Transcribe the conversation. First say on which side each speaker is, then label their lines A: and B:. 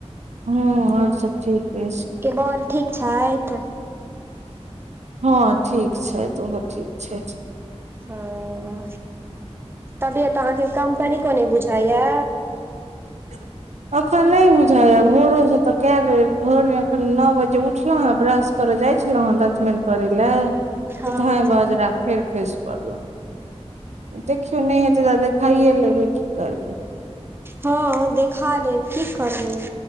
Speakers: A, on the right; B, on the right.
A: ह आओर सभ ठीक अछि
B: बर ठीक छै तऽ
A: हँ ठीक छैथ तऽ ओहो ठीक छथि
B: ओ तबियत तऽ अहाँके कम कनी कनी बुझाइया
A: ह अखन नहि बुझाया भोरो से तऽ कए बेज भोर मे एखन नओ बजे उठलहुँ हेँ ब्रश कर जाइ छल हँ दतमिन कर लए कि
B: हँ
A: धाय बजारा फेर खसि परलहुँ देखियौ नहि हेतै तऽ देखाइए लेबै की करबै
B: हँ देखा लेब की करबै